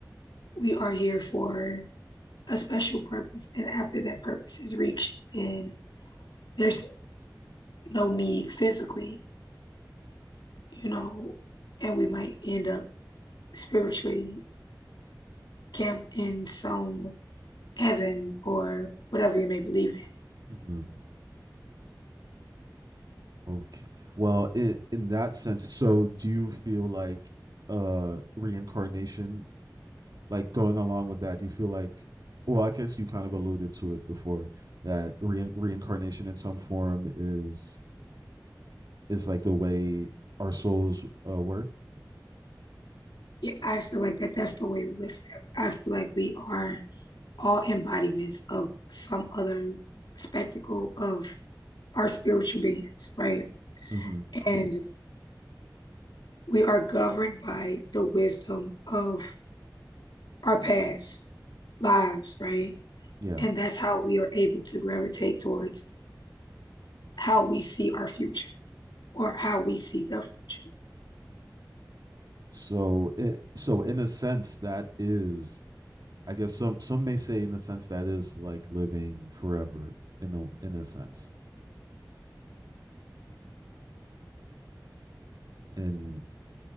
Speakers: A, on the left (about 75°); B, on the right (about 60°).
A: we are here for a special purpose. And after that purpose is reached, then there's no need physically, you know, and we might end up spiritually camped in some heaven or whatever you may believe in.
B: Mm-hmm. Okay. Well, in in that sense, so do you feel like uh reincarnation, like going along with that, do you feel like well, I guess you kind of alluded to it before that re- reincarnation in some form is is like the way our souls uh, work.
A: Yeah, I feel like that that's the way we live forever. I feel like we are all embodiments of some other spectacle of our spiritual beings, right?
B: Mm-hmm.
A: And we are governed by the wisdom of our past lives, right?
B: Yeah.
A: And that's how we are able to gravitate towards how we see our future or how we see the future.
B: So it, so in a sense that is I guess some some may say in a sense that is like living forever in a in a sense. And